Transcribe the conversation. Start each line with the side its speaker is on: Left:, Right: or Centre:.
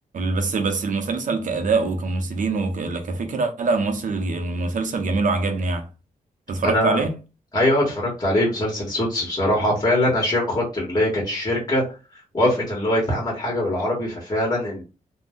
Right: بس بس المسلسل كاداء وكممثلين وكفكره لا الممثل المسلسل جميل وعجبني يعني اتفرجت
Left: انا
Right: عليه
Left: ايوه اتفرجت عليه مسلسل سوتس بصراحه فعلا عشان خاطر اللي هي كانت الشركه وافقت اللي هو يتعمل حاجه بالعربي ففعلا